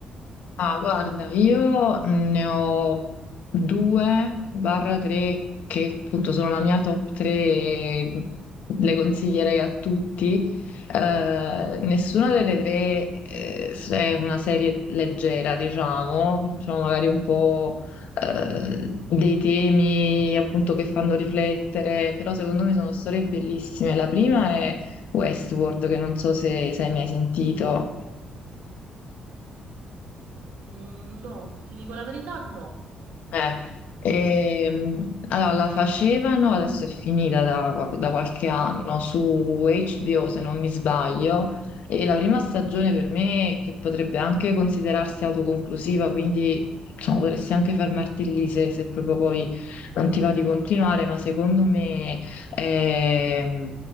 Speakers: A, on the left; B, on the right.
A: Ah, guarda, io ne ho due barra tre che appunto sono la mia top tre e le consiglierei a tutti. Eh, nessuna delle tre eh, è una serie leggera, diciamo, sono magari un po' eh, dei temi appunto che fanno riflettere, però secondo me sono storie bellissime. La prima è Westworld, che non so se se hai mai sentito.
B: Mm, no, ti dico la verità, no.
A: Eh, ehm, allora, la facevano, adesso è finita da, da qualche anno, su HBO se non mi sbaglio, e la prima stagione per me, che potrebbe anche considerarsi autoconclusiva, quindi diciamo, potresti anche fermarti lì se, se proprio poi non ti va di continuare, ma secondo me ehm,